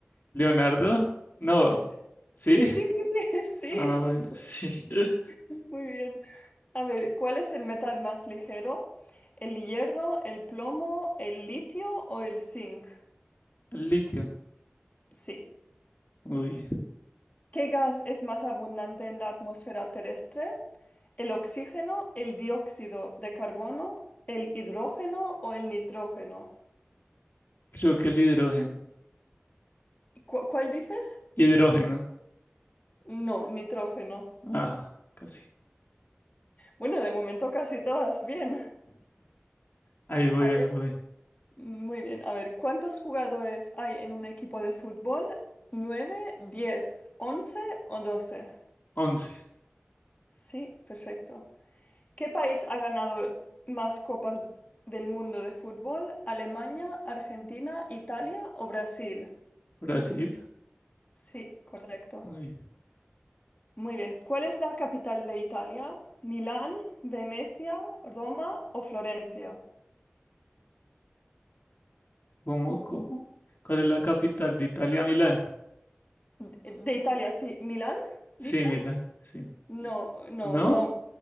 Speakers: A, on the left; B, on the left.
A: Leonardo, no.
B: Sí,
A: ¿Sí?
B: sí, sí, sí, sí, <laughs> sí.
A: Ah, bueno, sí. <laughs>
B: Muy bien. A ver, ¿cuál es el metal más ligero? ¿El hierro, el plomo, el litio o el zinc?
A: El litio.
B: Sí.
A: Uy,
B: ¿Qué gas es más abundante en la atmósfera terrestre? ¿El oxígeno, el dióxido de carbono, el hidrógeno o el nitrógeno?
A: creo que el hidrógeno.
B: ¿Cu- ¿Cuál dices?
A: Hidrógeno.
B: No, nitrógeno.
A: Ah, casi.
B: Bueno, de momento casi todas bien.
A: Ahí voy,
B: A
A: ahí
B: ver,
A: voy.
B: Muy bien, a ver, ¿cuántos jugadores hay en un equipo de fútbol? ¿Nueve, diez, once o doce?
A: once
B: Sí, perfecto. ¿Qué país ha ganado más copas del mundo de fútbol? ¿Alemania, Argentina, Italia o Brasil?
A: Brasil.
B: Sí, correcto.
A: Uy,
B: Muy bien, ¿cuál es la capital de Italia? ¿Milán, Venecia, Roma o Florencia?
A: ¿cómo, cómo? ¿Cuál es la capital de Italia? Milán.
B: De, de Italia, sí. ¿Milán,
A: Sí,
B: dices?
A: Milán, sí.
B: No, no,
A: ¿No?
B: Roma,